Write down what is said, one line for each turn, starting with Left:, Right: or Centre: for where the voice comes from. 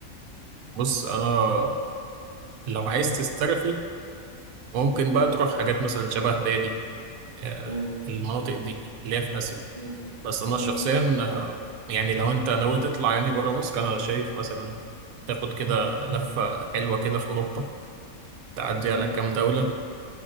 Right: بص انا لو عايز تسترخي
Left: مم،
Right: ممكن بقى تروح حاجات مثلا شبه بالي آه،
Left: مم،
Right: المناطق دي اللي هي في آسيا
Left: مم،
Right: بس انا
Left: مم،
Right: شخصيا آه، يعني لو انت ناوي تطلع يعني بره مصر انا شايف مثلا تاخد كده لفة حلوة كده في اوروبا تعدي
Left: مم،
Right: على كام دولة